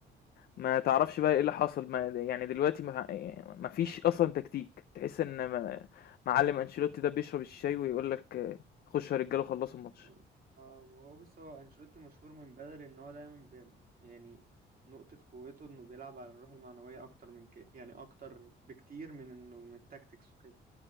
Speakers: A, on the left; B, on the right.
A: ما تعرفش بقى إيه اللي حصل ما يعني دلوقتي ما آآ ما فيش أصلًا تكتيك، تحس إن ما معلم أنشيلوتي ده بيشرب الشاي ويقول لك خشوا يا رجالة وخلصوا الماتش،
B: <laughs> آه، هو بص هو انشيلوتي مشهور من بدري ان هو دايما بي... يعني نقطة قوته انه بيلعب على الروح المعنوية اكتر من كده يعني اكتر بكتير من انه من التاكتكس وكده